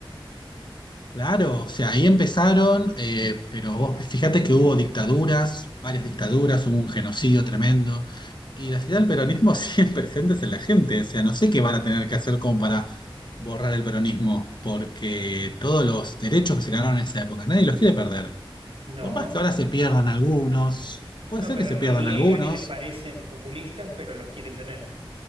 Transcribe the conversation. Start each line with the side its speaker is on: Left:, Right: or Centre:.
Left: claro, o sea, ahí empezaron, eh, pero vos fíjate que hubo dictaduras, varias dictaduras, hubo un genocidio tremendo, y la ciudad del peronismo <laughs> siempre presentes en la gente, o sea, no sé qué van a tener que hacer como para borrar el peronismo, porque todos los derechos que se ganaron en esa época, nadie los quiere perder.
Right: No.
Left: Por
Right: No.
Left: más que ahora se pierdan algunos, puede
Right: No,
Left: ser
Right: pero
Left: que se
Right: reniegan
Left: pierdan algunos,
Right: y les parecen populistas, pero los quieren tener.